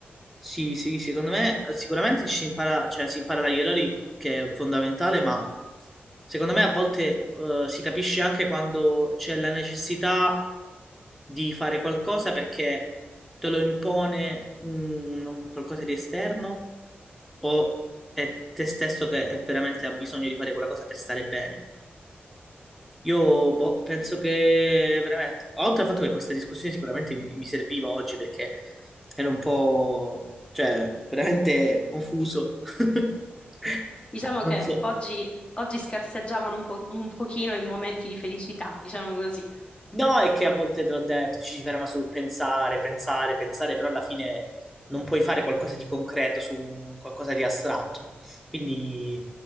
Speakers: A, in the centre; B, on the left.
A: Sì, sì, secondo me eh, sicuramente ci si impara, cioè, si impara dagli errori, che è fondamentale, ma secondo me a volte eh, si capisce anche quando c'è la necessità di fare qualcosa perché te lo impone un- un qualcosa di esterno o è te stesso che è veramente ha bisogno di fare quella cosa per stare bene. Io boh, penso che veramente, oltre al fatto che questa discussione sicuramente mi, mi serviva oggi perché ero un po', cioè, veramente confuso. <laughs>
B: Diciamo
A: Non
B: che
A: so.
B: oggi, oggi scarseggiavano un po' un pochino i momenti di felicità, diciamo così.
A: No, è che a volte te l'ho detto, ci si ferma sul pensare, pensare, pensare, però alla fine non puoi fare qualcosa di concreto su un- qualcosa di astratto, quindi